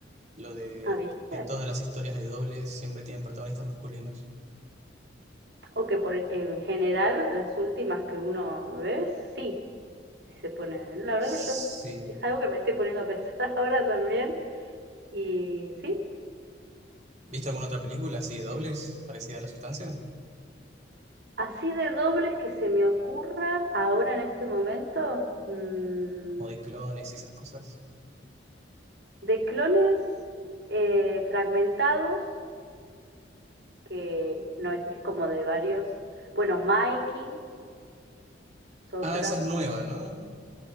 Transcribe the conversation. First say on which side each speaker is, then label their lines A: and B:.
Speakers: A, on the right; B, on the right.
A: Lo de
B: Ah, ¿viste?
A: que todas las historias de dobles siempre tienen protagonistas masculinos.
B: O que por, en general las últimas que uno ve, sí, se pone. La verdad
A: Sí.
B: que yo es algo que me estoy poniendo a pensar <laughs> ahora también. Y sí,
A: ¿Viste alguna otra película así de dobles, parecida a La Sustancia?
B: Así de dobles que se me ocurra ahora en este momento, mm,
A: Como de clones y esas cosas.
B: de clones eh, fragmentados, que no es, es como de varios. Bueno, Mikey es otra,
A: Ah, esa es nueva, ¿no?